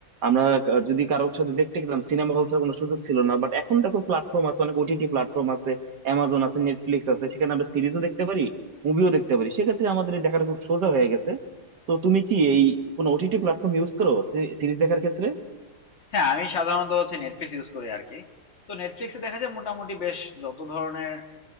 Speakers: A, on the right; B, on the left.
A: আমরা আহ, যদি কারোর সাথে দেখতে গেলাম সিনেমা হল ছাড়া কোনো সুযোগ ছিল না বাট এখন দেখো প্ল্যাটফর্ম আছে অনেক ওটিটি প্ল্যাটফর্ম আছে অ্যামাজন আছে নেটফ্লিক্স আছে সেখানে আমরা সিরিজও দেখতে পারি মুভিও দেখতে পারি সেক্ষেত্রে আমাদের এই দেখাটা খুব সোজা হয়ে গেছে তো তুমি কি এই কোনো ওটিটি প্ল্যাটফর্ম ইউজ করো সিরিজ দেখার ক্ষেত্রে
B: হ্যাঁ আমি সাধারণত হচ্ছে নেটফ্লিক্স ইউজ করি আর কি তো নেটফ্লিক্সে দেখা যায় মোটামুটি বেশ যত ধরনের